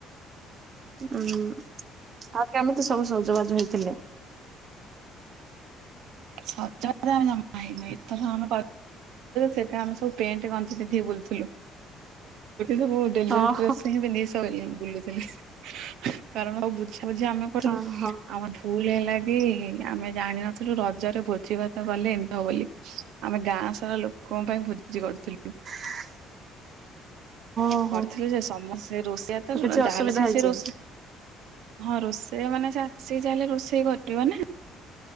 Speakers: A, on the right (about 40°); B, on the right (about 75°).
A: ହୁଁ ଆଉ କେମିତି ସବୁ ସଜବାଜ ହେଇଥିଲେ?
B: ସଜ ଆମେ ଜମା ହେଇନୁ ଏଥର ଆମେ ସେଟ ଆମେ ସବୁ। <unintelligible> ପେଣ୍ଟ ଗଞ୍ଜି ପିନ୍ଧିକି ବୁଲୁଥିଲୁ ସବୁ ଡେଲି ୟୁଜର
A: ଓହୋ
B: ଡ୍ରେସ୍ ହିଁ ପିନ୍ଧିକି ବୁଲୁଥିଲି କାରଣ ଆଉ ବୁଝା ବୁଝି ଆମେ କରିଲୁ
A: ଓହୋ
B: ଆମ ଭୁଲ ହେଲା କି ଆମେ ଜାଣିନଥିଲୁ ରଜ ଭୋଜି ଭାତ କଲେ ଏମିତି ହବ ବୋଲି ଆମେ ଗାଁ ସାରା ଲୋକଙ୍କ ପାଇଁ ଭୋଜି କରୁଥିଲୁ।
A: <inaudible> ଓହୋ
B: କରିଥିଲେ ଯେ ସମସ୍ତେ ରୋଷେଇଆ ତ
A: କିଛି
B: ଯାହାଲେ
A: ଅସୁବିଧା
B: ସେ
A: ହେଇଛି
B: ସେ ରୋଷେଇ ହଁ ରୋଷେଇ ମାନେ ଆସିଛି ଯାହାହେଲେ ରୋଷେଇ କରିବ ନା।